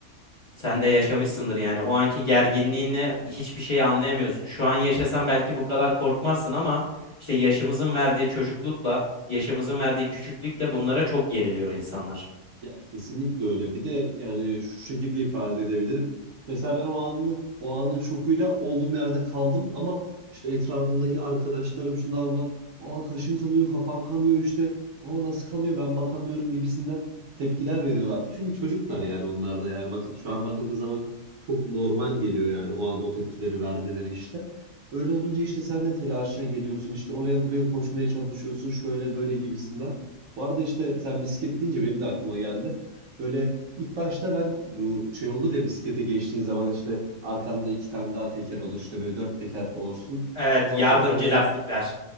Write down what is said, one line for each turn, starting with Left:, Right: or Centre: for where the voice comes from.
Left: Sen de yaşamışsındır yani o anki gerginliğini hiçbir şeyi anlayamıyorsun. Şu an yaşasan belki bu kadar korkmazsın ama işte yaşımızın verdiği çocuklukla, yaşımızın verdiği küçüklükle bunlara çok geriliyor insanlar.
Right: Ya kesinlikle öyle. Bir de yani şu şekilde ifade edebilirim. Mesela ben o anlık o anın şokuyla olduğum yerde kaldım ama işte etrafımdaki arkadaşlarım şunlar bunlar. Aa kaşın kanıyor, kafan kanıyor işte. Aa nasıl kanıyor ben bakamıyorum gibisinden tepkiler veriyorlardı. Çünkü çocuklar yani onlar da yani bakın şu an bakıldığı zaman çok normal geliyor yani o an o tepkileri vermeleri işte. Öyle olunca işte sen de telaşa geliyorsun işte oraya buraya koşmaya çalışıyorsun şöyle böyle gibisinden. Bu arada işte sen bisiklet deyince benim de aklıma geldi. Böyle ilk başta ben bu şey olur ya bisiklete geçtiğin zaman işte arkanda iki tane daha teker olur. işte böyle dört teker olursun.
Left: Evet,
Right: Sonra
Left: yardımcı
Right: o tekerleri
Left: lastikler.